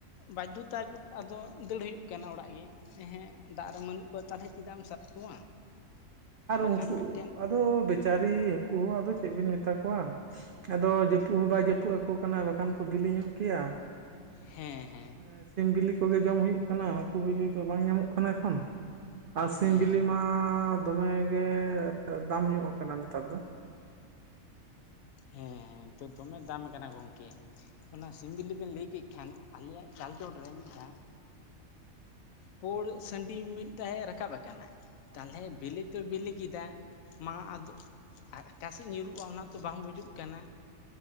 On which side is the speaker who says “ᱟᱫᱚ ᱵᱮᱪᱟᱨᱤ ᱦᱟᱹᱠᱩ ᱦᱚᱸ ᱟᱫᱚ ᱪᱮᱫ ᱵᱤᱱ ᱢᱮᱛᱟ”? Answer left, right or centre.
Right